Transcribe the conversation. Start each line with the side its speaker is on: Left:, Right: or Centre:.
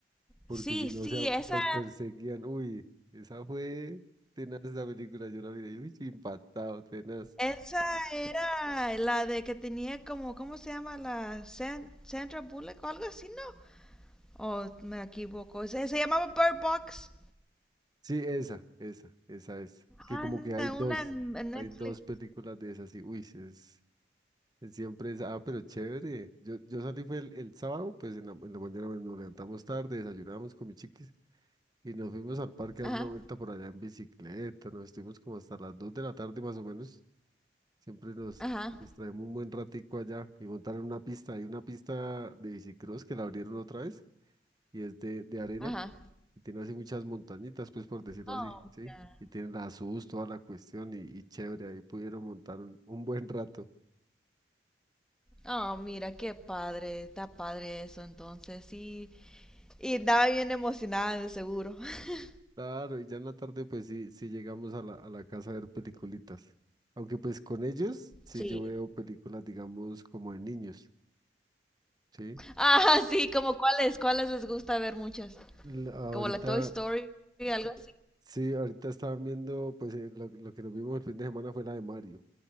Right: porque
Centre: sí,
Right: si no
Centre: sí,
Right: se a-
Centre: esa.
Right: los perseguían. Uy, esa fue tenaz esa película, yo la miré, uy, sí, impactado, tenaz.
Centre: Esa era la de que tenía como, ¿cómo se llama? La San- Sandra Bullock o algo así, ¿no? O me equivoco. Se, se llamaba Bird Box.
Right: Sí, esa, esa, esa es. Que
Centre: Ah,
Right: como
Centre: no,
Right: que hay dos,
Centre: una en en
Right: hay
Centre: Netflix.
Right: dos películas de esas, y uy, sí es. Siempre es, ah, pero chévere. Yo, yo salí fue el, el sábado, pues en la, en la mañana bueno, nos levantamos tarde, desayunamos con mis chiquis y nos fuimos al parque
Centre: Ajá,
Right: a dar una vuelta por allá en bicicleta. Nos estuvimos como hasta las 2 de la tarde más o menos. Siempre nos
Centre: ajá,
Right: distraemos un buen ratico allá y montaron una pista. Hay una pista de bicicross que la abrieron otra vez y es de, de arena
Centre: ajá.
Right: y tiene así muchas montañitas, pues por decirlo
Centre: Oh,
Right: así, ¿sí?
Centre: mira.
Right: Y tiene la SUS, toda la cuestión y, y chévere. Ahí pudieron montar un un buen rato.
Centre: Oh, mira, qué padre. Está padre eso, entonces. Sí. Y estaba bien emocionada, de seguro. <laughs>
Right: Claro, y ya en la tarde pues sí, sí llegamos a la, a la casa a ver peliculitas. Aunque pues con ellos sí
Centre: Sí.
Right: yo veo películas, digamos, como de niños, ¿sí?
Centre: Ah, sí, como cuáles, cuáles les gusta ver muchas.
Right: L- ahorita,
Centre: Como la Toy Story, algo
Right: sí, ahorita estaban viendo, pues eh, lo, lo que nos vimos el fin de semana fue la de Mario,